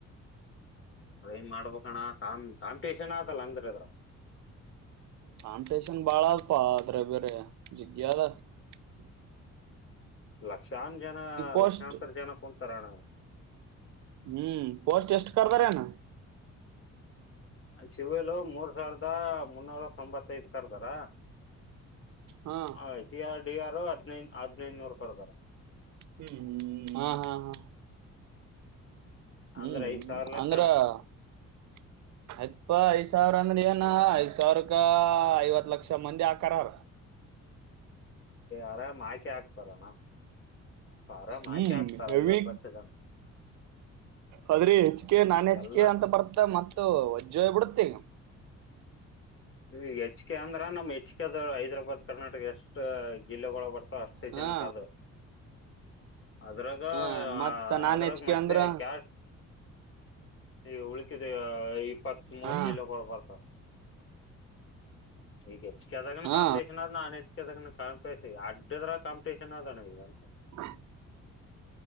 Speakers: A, on the left; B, on the right.
A: ಟ್ರೈನ್ ಮಾಡ್ಬೇಕಣ್ಣ ಕಾಮ್ ಕಾಂಪ್ಟೇಷನ್ ಆತಲ್ಲ ಅಂದ್ರೆ ಅದ್ರಗ್
B: ಕಾಂಪ್ಟೇಶನ್ ಬಾಳ ಅದ್ಪ ಆದ್ರೆಗ್ ಬೇರೆ ಜಗ್ಯದ. <inaudible>
A: ಲಕ್ಷಾಂನ್ ಜನ
B: ಪೋಸ್ಟ್
A: ಲಕ್ಷಾಂತರ ಜನ ಕುಂತಾರಣ.
B: ಹ್ಮ್ ಪೋಸ್ಟ್ ಎಷ್ಟ ಕರ್ದರೆನ.
A: ಶಿ ವಿ ಲು ಮೂರ್ ಸಾವಿರದ ಮುನ್ನೂರ ತೊಂಬತ್ತೈದ ಕರ್ದಾರ.
B: ಹಾ
A: ಅಯ್ ಟಿ ಆರ್. ಟಿ ಯಾರು ಹದ್ನೈದ್ ಹದ್ನೈದ್ ನೂರು ಕರ್ದಾರ.
B: ಹ್ಮ್ ಹ್ಮ್ ಹಾ ಹಾ ಹಾ ಹ್ಮ್
A: ಅಂದ್ರೆ ಐದ್ ಸಾವಿರ ಲೆಕ್ಕಣ
B: ಅಂದ್ರ <unintelligible> ಅಪ್ಪ ಐದ್ ಸಾವಿರ ನೇನಾ ಐದ್ ಸಾವಿರಕ ಐವತ್ ಲಕ್ಷ ಮಂದಿ ಆಕಾರಾರ.
A: ಆರಾಮ್ ಮೈಕೆ ಹಾಕ್ತಾರಣ <unintelligible> ಪಾರಮ್
B: ಹ್ಮ್
A: ಆಕೆ ಹಾಕ್ತಾರ
B: ಹೆವಿ
A: ಐವತ್ ಲಕ್ಷ ಜನ್
B: ಅದ್ರಿ ಹೆಚ್ ಕೆ ನಾನ್ ಹೆಚ್
A: ಎಲ್ಲ
B: ಕೆ ಅಂತ ಬರ್ತ ಮತ್ತ ವಜ್ಜೋಗಿ ಬುಡ್ತ ಈಗ.
A: ರೀ ಹೆಚ್ಕೆ ಅಂದ್ರ ನಮ್ ಹೆಚ್ಕ್ ದು ಹೈದ್ರಾಬಾದ್ ಕರ್ನಾಟಕ ಎಷ್ಟ ಜಿಲ್ಲೆಗಳ ಬರತ್ ಟ ಅಷ್ಟ
B: ಹಾ
A: ಜನಕ್ಕ ಅದು. ಅದ್ರಾಗ
B: ಹಾ ಮತ್ತ ನಾನ್
A: ಅದ್ರಾಗ್
B: ಹೆಚ್ಕೆ
A: ಮತ್ತೆ
B: ಅಂದ್ರ
A: ಕ್ಯಾಶ್ <unintelligible> ಇವ್ ಉಲ್ ದುವು ಹ ಇಪ್ಪತ್ ಮೂರು
B: ಹಾ
A: ಜಿಲ್ಲೆಗಳು ಬರ್ತವ. <unintelligible> ಈಗೆ ಕೆದ
B: ಹಾ
A: ಕಂಪಿಟೇಷನ್ ಆದ ನಾನ್ ಹೆಚ್ಕೆದಗನ ಕಂಪಿಟೇಷನ್ ಯಡ್ ಕಾಂಪಿಟೇಷನ್ ಆದಣ ಈಗ ಅಂತ.
B: <inaudible>